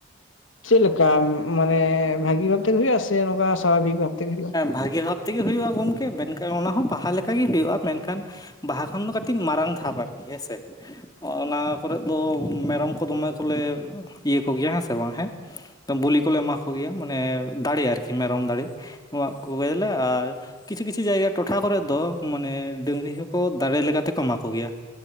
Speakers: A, on the left; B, on the left.
A: ᱪᱮᱫ ᱞᱮᱠᱟ ᱢᱟᱱᱮ? ᱵᱷᱟᱹᱜᱤ ᱵᱷᱟᱵᱛᱮ ᱜᱮ ᱦᱳᱭᱩᱜᱼᱟ, ᱥᱮ ᱱᱚᱝᱠᱟ ᱥᱟᱵᱷᱟᱵᱤᱠ ᱵᱷᱟᱵᱛᱮ ᱜᱮ ᱦᱳᱭᱩᱜᱼᱟ?
B: ᱵᱷᱟᱹᱜᱮ ᱵᱷᱟᱵ ᱛᱮᱜᱮ ᱦᱳᱭᱳᱜᱼᱟ, ᱜᱚᱢᱠᱮ ᱢᱮᱱᱠᱷᱟᱱ ᱚᱱᱟ ᱦᱚᱸ ᱵᱟᱦᱟ ᱞᱮᱠᱟ ᱜᱮ ᱦᱳᱭᱳᱜᱼᱟ, ᱢᱮᱱᱠᱷᱟᱱ ᱵᱟᱦᱟ ᱠᱷᱚᱱ ᱫᱚ ᱠᱟᱹᱴᱤᱡ ᱢᱟᱨᱟᱝ ᱫᱷᱟᱯ ᱟᱨᱠᱤ, ᱦᱮᱸᱥᱮ ᱚᱱᱟ ᱠᱚᱨᱮᱫ ᱫᱚ, ᱢᱮᱨᱚᱢ ᱠᱚ ᱫᱚᱢᱮ ᱠᱚᱞᱮ ᱤᱭᱟᱹ ᱠᱚᱜᱮᱭᱟ, ᱦᱮᱸ ᱥᱮ ᱵᱟᱝ ᱦᱮᱸ, ᱵᱚᱞᱤ ᱠᱚᱞᱮ ᱮᱢᱟ ᱠᱚᱜᱮᱭᱟ, ᱢᱟᱱᱮ ᱫᱟᱲᱮ ᱟᱨᱠᱤ ᱢᱮᱨᱚᱢ ᱫᱟᱲᱮ ᱮᱢᱟᱜ ᱠᱚᱜᱮᱞᱮ, ᱟᱨ ᱠᱤᱪᱷᱩ ᱠᱤᱪᱷᱩ ᱡᱟᱭᱜᱟ, ᱴᱚᱴᱷᱟ ᱠᱚᱨᱮᱫ ᱫᱚ, ᱢᱟᱱᱮ ᱰᱟᱹᱝᱨᱤ ᱦᱚᱸᱠᱚ, ᱫᱟᱲᱮ ᱞᱮᱠᱟ ᱛᱮᱠᱚ ᱮᱢᱟ ᱠᱚ ᱜᱮᱭᱟ᱾